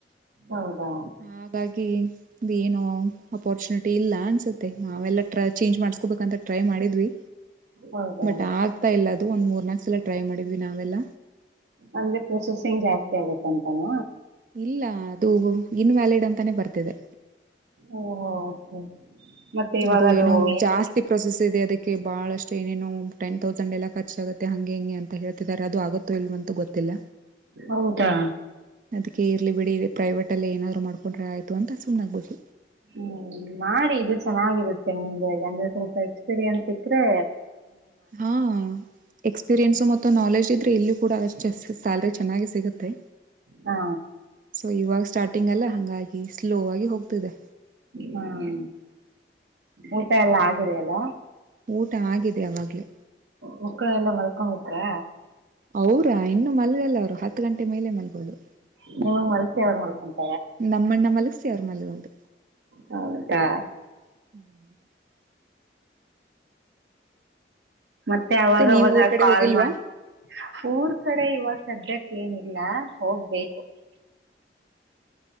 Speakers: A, on the right; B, on the right.
A: ಹೌದಾ
B: ಹಾಗಾಗಿ ಇ ಏನೋ ಅಪಾರ್ಚುನಿಟಿ ಇಲ್ಲ ಅನ್ಸುತ್ತೆ ನಾವೆಲ್ಲ್ರ ಚೇಂಜ್ ಮಾಡಸ್ಕೋಬೇಕಂತ ಟ್ರೈ ಮಾಡಿದ್ವಿ
A: ಹೌದಾ
B: ಬಟ್ ಆಗ್ತಾ ಇಲ್ಲ ಅದು ಒಂದ್ ಮೂರ್ ನಾಲ್ಕ್ ಸಲ ಟ್ರೈ ಮಾಡಿದ್ವಿ ನಾವೆಲ್ಲ
A: ಅಂದ್ರೆ ಪ್ರೊಸೆಸಿಂಗ್ ಜಾಸ್ತಿ ಆಗತ್ತಂತಾನ
B: ಇಲ್ಲ ಅದು ಇನ್ವ್ಯಾಲಿಡ್ ಅಂತಾನೆ ಬರ್ತಿದೆ
A: ಓ ಹ ಓಕೆ ಮತ್ತೆ ಇವಾಗ
B: ಅದು ಏನೋ
A: ಏನು
B: ಜಾಸ್ತಿ ಪ್ರೋಸೆಸ್ ಇದೆ ಅದಕ್ಕೆ ಬಹಳಸ್ಟ. ಏನ್ ಎನೋ ಟೆನ್ ತೌಸಂಡ್ ಎಲ್ಲ ಖರ್ಚಾಗುತ್ತೆ ಹಂಗೆ ಹೆಂಗೆ ಅಂತ ಹೇಳ್ತಿದಿದ್ದಾರೆ ಅದು ಆಗುತ್ತೋ ಇಲ್ವೋ ಅಂತ ಗೊತ್ತಿಲ್ಲ.
A: ಹೌದಾ
B: ಅದಕ್ಕೆ ಇರ್ಲಿ ಬಿಡಿ ಇದೆ ಪ್ರೈವೇಟ್ ಅಲ್ಲಿ ಏನಾದ್ರು ಮಾಡ್ಕೊಂಡ್ರ ಆಯ್ತು ಅಂತ ಸುಮ್ನಾಗ್ಬಿಟ್.
A: ಹ್ಮ್ ಮಾಡಿ ಇದು ಚೆನ್ನಾಗಿರುತ್ತೆ ನಿಮ್ದೆ ಅಂದ್ರೆ ಸ್ವಲ್ಪ ಎಕ್ಸ್ಪೀರಿಯನ್ಸ್ ಸಿಕ್ರೆ.
B: ಹಾ ಎಕ್ಸ್ಪೀರಿಯನ್ಸ್ ಮತ್ತೆ ನಾಲೆಜ್ ಇ ಇದ್ರೆ ಇಲ್ಲಿ ಕೂಡ ಅಷ್ಟ ಸ್ಯಾಲರಿ ಚೆನ್ನಾಗಿ ಸಿಗುತ್ತೆ
A: ಹಾ
B: ಸೊ ಇವಾಗ ಸ್ಟಾರ್ಟ್ ಟಿಂಗ್ ಹಾಂಗಲ್ಲೇ ಹಂಗಾಗಿ ಸ್ಲೋ ಆಗಿ ಹೋಗ್ತಿದೆ.
A: ಹಾ ಸರಿ ಊಟ ಎಲ್ಲಾ ಆಗಿದೆಯಲ್ಲ.
B: ಊಟ ಆಗಿದೆ ಅವಾಗ್ಲೆ.
A: ಮಕ್ಳು ಎಲ್ಲ ಮಲ್ಕೊಂಬಿಟ್ರ
B: ಅವ್ರ ಇನ್ನು ಮಲ್ಗಲ್ಲ ಅವ್ರು ಹತ್ತು ಗಂಟೆ ಮೇಲೆ ಮಲ್ಬೋದು.
A: <unintelligible>
B: ನಮ್ಮನ್ನ ಮಲಗ್ಸಿ ಅವ್ರ ಮಲಗೋದು.
A: ಹೌದಾ
B: <inaudible>
A: ಮತ್ತೆ ಅವಾಗವಾಗ
B: ನೀವು ಊರ್ ಕಡೆ
A: ಕಾಲ್
B: ಹೋಗಿಲ್ವಾ
A: ಮಾಡ ಊರ್ ಕಡೆ ಇವಾಗ. ಸದ್ಯಕ್ಕೆನಿಲ್ಲ ಹೋಗ್ಬೇಕು.